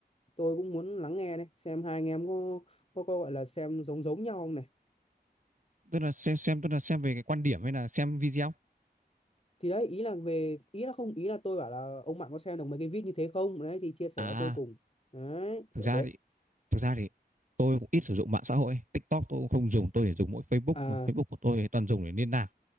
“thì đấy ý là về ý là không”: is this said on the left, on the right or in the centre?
Left